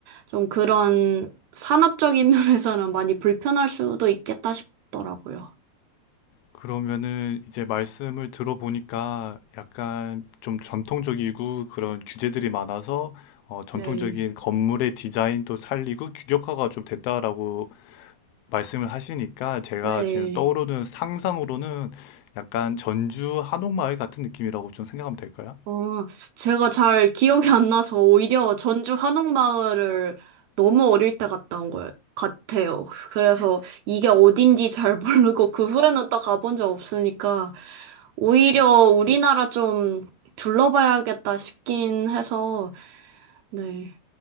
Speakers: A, on the right; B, on the left.
A: 좀 그런 산업적인 <laughs> 면에서는 많이 불편할 수도 있겠다 싶더라고요.
B: 그러면은 이제 말씀을 들어보니까 약간 좀 전통적이고 그런 규제들이 많아서 어, 전통적인
A: 네.
B: 건물의 디자인도 살리고 규격화가 좀 됐다라고 말씀을 하시니까 제가
A: 네.
B: 지금 떠오르는 상상으로는 약간 전주 한옥마을 같은 느낌이라고 좀 생각하면 될까요?
A: 어, 제가 잘 기억이 안 나서 오히려 전주 한옥마을을 너무 어릴 때 갔다 온 것 같아요. 그래서 이게 어딘지 잘 모르고 그 후에는 또 가본 적 없으니까 오히려 우리나라 좀 둘러봐야겠다 싶긴 해서 네.